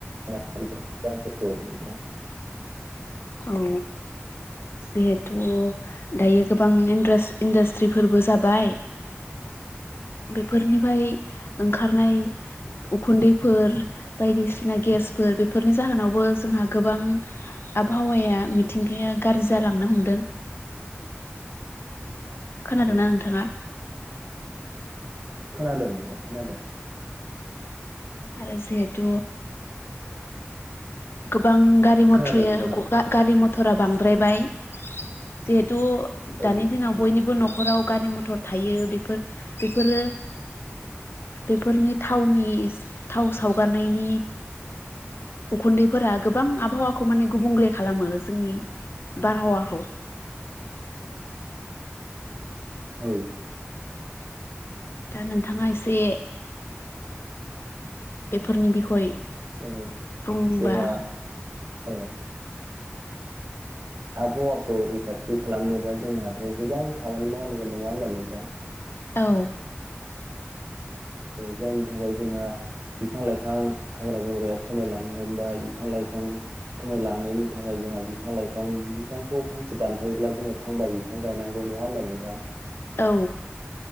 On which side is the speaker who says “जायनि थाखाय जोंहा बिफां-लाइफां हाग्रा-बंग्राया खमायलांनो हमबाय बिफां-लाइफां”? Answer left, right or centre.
Right